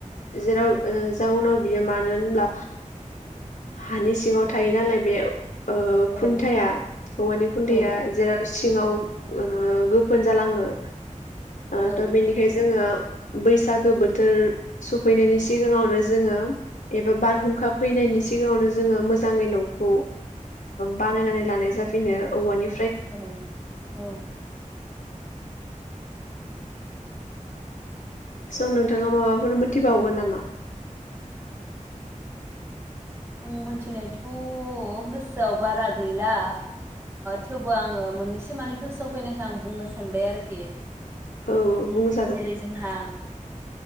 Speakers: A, on the left; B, on the right.
A: जेराव जाउनाव बियो मानो होनब्ला हानि सिङाव थायो नालाय बे ओ खुन्थाया
B: औ
A: औवानि खुन्थाया
B: औ
A: जेराव सिङाव
B: औ
A: ओ गोफोन जालाङो ओ
B: औ
A: बिनिखायनो जोङो बैसागो बोथोर सफैनायनि सिगाङावनो जोङो एबा बारहुंखा फैनायनि सिगां सिगाङावनो जोङो मोजाङै न'खौ बानायनानै लानाय जाफिनो औवानि
B: औ औ
A: स' नोंथाङा माबाफोर मोनथिबावगोन नामा
B: आं मिथिनायथ' गोसोआव बारा गैला थेवबो आङो मोननैसो माने गोसोआव फैनायखौ आं बुंनो सानो सानबाय आरोखि
A: औ बुंजागोन
B: जेरै जोंहा